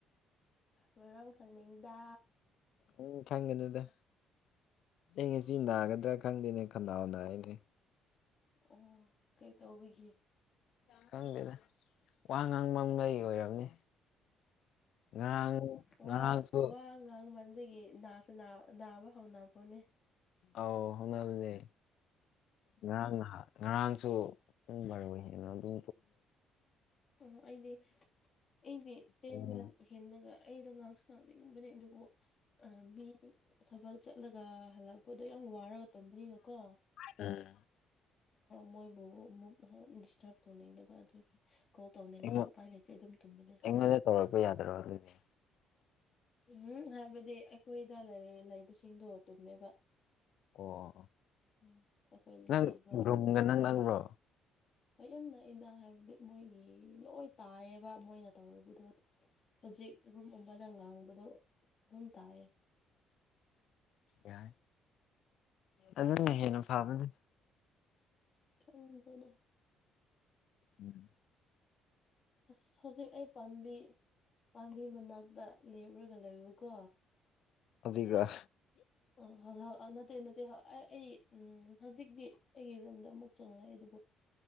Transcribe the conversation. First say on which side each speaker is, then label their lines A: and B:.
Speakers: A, on the left (about 30°); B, on the left (about 60°).
A: ꯃꯔꯝ ꯈꯛꯅꯤꯡꯗ
B: ꯎꯝ ꯈꯪꯒꯅꯤꯗ ꯑꯩ ꯉꯁꯤ ꯅꯥꯒꯗ꯭ꯔꯥ ꯈꯪꯗꯦꯅꯦ ꯈꯅꯥꯎ ꯅꯥꯏꯅꯦ
A: ꯑꯣ ꯀꯩ ꯇꯧꯕꯤꯒꯦ
B: ꯈꯪꯗꯦꯗ ꯋꯥ ꯉꯥꯡꯕ ꯑꯃ ꯂꯩ ꯑꯣꯏꯔꯝꯅꯤ ꯉꯔꯥꯡ
A: ꯋꯥ
B: ꯉꯔꯥꯡꯁꯨ
A: ꯋꯥ ꯃ ꯑꯩꯈꯣꯏꯒꯤ ꯅꯥꯁꯨ ꯅꯥꯕ ꯍꯧꯅꯕ꯭ꯔꯣꯅꯦ
B: ꯑꯥꯎ ꯍꯣꯅꯜꯅꯦ ꯉꯔꯥꯡꯍ ꯉꯔꯥꯡ ꯡꯔ ꯑꯣꯏ ꯍꯅ ꯑꯗꯨ
A: ꯑꯣ ꯑꯩꯗꯤ ꯑꯩꯗꯤ ꯇꯦꯟ
B: ꯎꯝ
A: ꯍꯦꯜꯂꯒ ꯑꯩꯗꯣ ꯉꯥꯡꯁꯨ ꯉꯥꯡꯅꯤꯡꯕꯅꯦ ꯑꯗꯨꯕꯨ ꯃꯤ ꯊꯕꯛ ꯆꯠꯂꯒ ꯍꯜꯂꯛꯄꯗꯣ ꯌꯥꯝ ꯋꯥꯔꯒ ꯇꯝꯕꯅꯤꯅꯀꯣ
B: ꯎꯝ
A: ꯃꯣꯏꯕꯨ ꯑꯃꯨꯛ ꯗꯤꯁꯇꯔꯕ ꯇꯧꯅꯤꯡꯗꯕ ꯑꯗꯨꯒꯤ ꯀꯣꯜ ꯇꯧꯅꯤꯡꯉꯁꯨ
B: ꯑꯩꯉꯣꯟ
A: ꯎꯄꯥꯏ ꯂꯩꯇꯦ ꯑꯗꯨꯝ ꯇꯨꯝꯕꯅꯦ
B: ꯑꯩꯉꯣꯟꯗ ꯇꯧꯔꯛꯄ ꯌꯥꯗ꯭ꯔꯣ ꯑꯗꯨꯗꯤ
A: ꯎꯝ ꯍꯥꯏꯕꯗꯤ ꯑꯩꯈꯣꯏꯗ ꯂꯩꯕꯁꯤꯡꯗꯣ ꯇꯨꯝꯃꯦꯕ
B: ꯑꯣ ꯑꯣ
A: ꯎ ꯑꯩꯈꯣꯏꯗ
B: ꯅꯪ
A: ꯂꯩꯕ
B: ꯔꯨꯝꯒ ꯅꯛꯅꯕ꯭ꯔꯣ
A: ꯃꯨꯝ ꯅꯥꯏꯟꯗ ꯍꯥꯏꯕꯗꯤ ꯃꯣꯏꯒꯤ ꯂꯣꯏ ꯇꯥꯏꯌꯦꯕ ꯃꯣꯏꯅ ꯇꯧꯔꯤꯕꯗꯣ ꯍꯧꯖꯤꯛ ꯔꯨꯝ ꯑꯃꯕꯗ ꯉꯥꯡꯕ ꯁꯝ ꯇꯌꯦ
B: ꯌꯥ ꯑꯗꯨꯅ ꯍꯦꯟꯅ ꯐꯕꯅꯤ
A: ꯎ ꯀꯗ
B: ꯎꯝ
A: ꯑꯁ ꯍꯧꯖꯤꯛ ꯑꯩ ꯄꯥꯝꯕꯤ ꯄꯥꯝꯕꯤ ꯃꯅꯥꯛꯇ ꯂꯩ ꯄꯨꯔꯒꯂꯕꯨ ꯀꯣ
B: ꯑꯗꯨꯖꯤꯒ꯭ꯔꯥ
A: ꯑꯣ ꯍꯧꯖꯤ ꯅꯠꯇꯦ ꯅꯠꯇꯦ ꯑꯩ ꯑꯩ ꯎꯝ ꯍꯧꯖꯤꯛꯇꯤ ꯑꯩꯒꯤ ꯔꯨꯝꯗ ꯑꯃꯨꯛ ꯆꯪꯂꯛꯑꯦ ꯑꯗꯨ